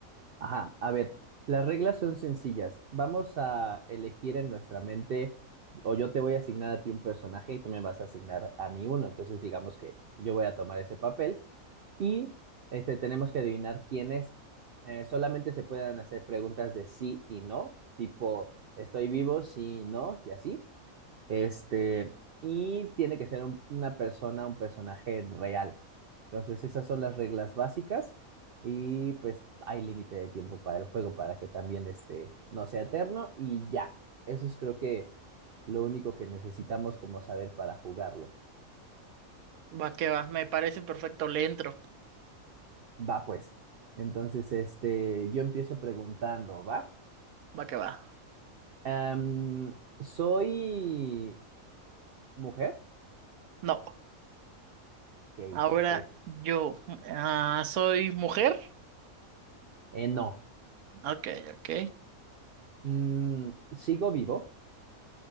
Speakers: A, on the right; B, on the right.
A: Ajá, a ver, las reglas son sencillas. Vamos a elegir en nuestra mente, o yo te voy a asignar a ti un personaje y tú me vas a asignar a mí uno. Entonces, digamos que yo voy a tomar ese papel Y este, tenemos que adivinar quiénes Eh, solamente se pueden hacer preguntas de sí y no, tipo, estoy vivo, sí, no, y así. Este, y tiene que ser un- una persona, un personaje real. Entonces, esas son las reglas básicas. Y pues hay límite de tiempo para el juego para que también este, no sea eterno. Y ya, eso es creo que lo único que necesitamos como saber para jugarlo.
B: Va que va, me parece perfecto, le entro.
A: Va pues. Entonces, este, yo empiezo preguntando, ¿va?
B: Va que va.
A: Em, ¿soy mujer?
B: No,
A: Ok,
B: ahora
A: perfecto.
B: yo ah, soy mujer.
A: Eh, no.
B: Ok, ok.
A: Mm, ¿sigo vivo?